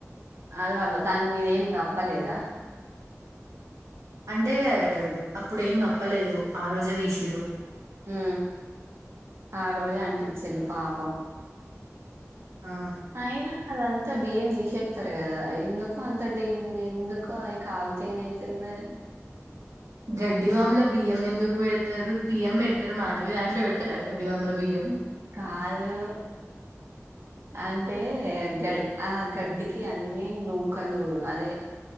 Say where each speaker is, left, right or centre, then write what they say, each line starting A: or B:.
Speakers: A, on the right (about 55°); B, on the right (about 80°).
A: అది దాని మీద ఏం గప్పలేదా
B: అంటే అప్పుడు ఏం కప్పలేదు ఆ రోజే తీసిరూ
A: ఉ ఆ రోజే అనిపించింల్లు పాపం
B: ఆ
A: అయినా అదంత అంత బియ్యం తీసేస్తారు కదా ఎందుకు అంత డేన్ ఎందుకు అవి కాలితే ఏమయితది మరి <inaudible>
B: గడ్డివాముల బియ్యం ఎందుకు పెడతారు బియ్యం పెట్టరు మా దాంట్ల మీ దాంట్ల పెడతారా గడ్డివాముల బియ్యం
A: కాదు అంటే గడ్ ఆ గడ్డికి అన్ని నూకలు అదే